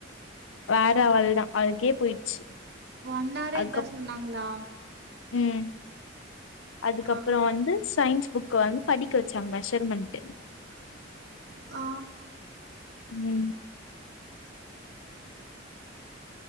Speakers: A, on the left (about 80°); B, on the right (about 55°).
A: வேற அவள்தா அவுளுக்கே போயிடுச்சு
B: ஒன் ஹார்
A: அதுக்கப்
B: இதா சொன்னாங்களா
A: ம் அதுக்கப்புறோ
B: ஆ
A: வந்து சயின்ஸ் புக்க வந்து படிக்க வச்சாங்க மெஷர்மெண்ட்டு
B: ஆ
A: ம்